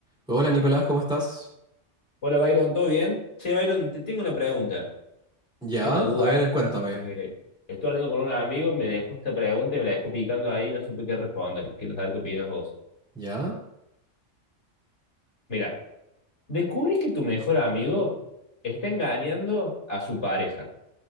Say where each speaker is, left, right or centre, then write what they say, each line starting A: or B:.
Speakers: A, in the centre; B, on the left (about 65°).
A: Hola Nicolás, ¿cómo estás?
B: Hola, Byron, ¿todo bien? Che, Byron, te tengo una pregunta,
A: Ya,
B: tengo una duda
A: a ver,
B: acá,
A: cuéntame.
B: porque estuve hablando con un amigo, me dejó esta pregunta y me la dejó picando ahí y no supe qué responder. Quiero saber qué opinas vos.
A: ¿Ya?
B: Mira, descubrís que tu mejor amigo está engañando a su pareja